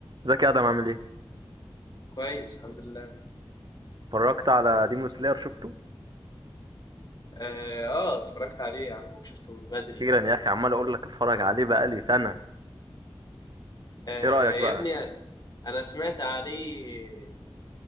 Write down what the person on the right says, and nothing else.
ازيك يا ادم عامل ايه
اتفرجت على ديمون سلاير شفته
اخيرا يا اخي عمال اقول لك اتفرج عليه بقالي سنه
ايه رايك بقى